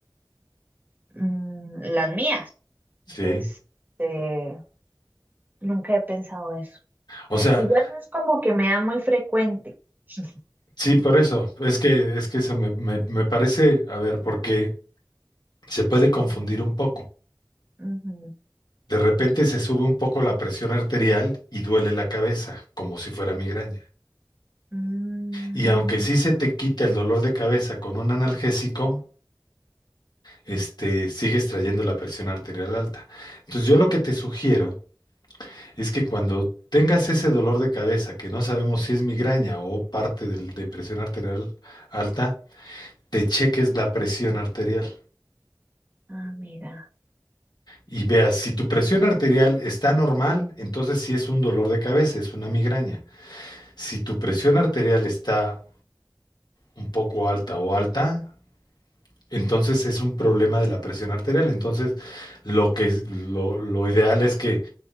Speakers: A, on the right; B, on the left.
A: Mm, las mías.
B: Sí.
A: Este, nunca he pensado eso.
B: O sea,
A: Igual no es como que me da muy frecuente. <laughs>
B: sí, por eso, es que, es que eso me, me, me parece, a ver, porque se puede confundir un poco.
A: Ujú.
B: De repente se sube un poco la presión arterial y duele la cabeza, como si fuera migraña.
A: Mm,
B: Y aunque sí se te quita el dolor de cabeza con un analgésico, este, sigues trayendo la presión arterial alta. Entonces, yo lo que te sugiero es que cuando tengas ese dolor de cabeza, que no sabemos si es migraña o parte del- de presión arterial alta, te cheques la presión arterial.
A: ah, mira.
B: Y veas, si tu presión arterial está normal, entonces sí es un dolor de cabeza, es una migraña. Si tu presión arterial está un poco alta o alta, entonces es un problema de la presión arterial. Entonces, lo que es- lo lo ideal es que